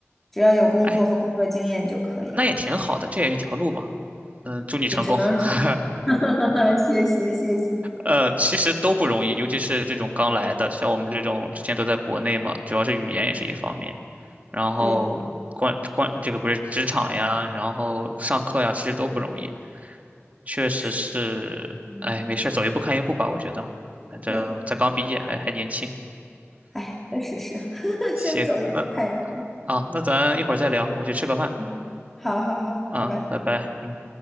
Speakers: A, in the centre; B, on the right.
A: 只要有工作和工作经验就可以。
B: 哎，那也挺好的，这也是条路嘛。嗯，祝你成功。
A: 也只能说，
B: <laughs>
A: <laughs> 谢谢谢谢。
B: 呃，其实都不容易，尤其是这种刚来的，像我们这种之前都在国内嘛，主要是语言也是一方面，然后关关这个不是职场呀，
A: 对，
B: 然后上课呀，其实都不容易，确实是，
A: 是，嗯，
B: 哎，没事儿走一步看一步吧，我觉得，反正才刚毕业，
A: 对，
B: 还还年轻。
A: 哎，确实是，<laughs>
B: 行，
A: 先走一步看一步。
B: 那啊，那咱一会儿再聊，我去吃个饭
A: 嗯，好好好，
B: 啊，
A: 拜拜。
B: 拜拜。嗯。